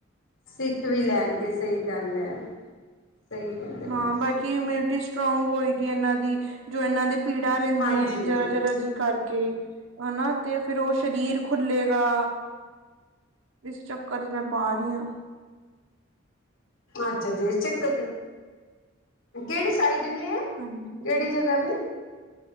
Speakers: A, on the left; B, on the right.
A: ਸਿੱਖ ਵੀ ਲੈਣਗੇ ਸਹੀ ਗੱਲ ਹੈ। ਸਹੀ ਕਹਿੰਦੇ ਵੀ
B: ਹਾਂ
A: ਤੁ
B: ਬਾਕੀ ਇਮਿਊਨਿਟੀ ਸਟਰੋਂਗ ਹੋਏਗੀ ਇਹਨਾਂ ਦੀ ਜੋ ਇਹਨਾਂ ਦੇ ਪੀੜਾਂ ਰਹਿੰਦੀ
A: ਹਾਂਜੀ
B: ਆਂਏ ਜ਼ਰਾ
A: ਹਾਂਜੀ
B: ਜ਼ਰਾ ਜੀ ਕਰ ਕੇ ਹਨਾ ਤੇ ਫਿਰ ਉਹ ਸਰੀਰ ਖੁੱਲੇਗਾ। ਇਸ ਚੱਕਰ 'ਚ ਮੈਂ ਪਾ ਰਹੀ ਹਾਂ।
A: ਅੱਛਾ ਜੀ ਚੱਕ ਕਿਹੜੀ ਸਾਈਡ? ਕਿਨ ਹੈ
B: ਹਾਂਜੀ
A: ਕਿਹੜੀ ਜਗ੍ਹਾ ਤੇ?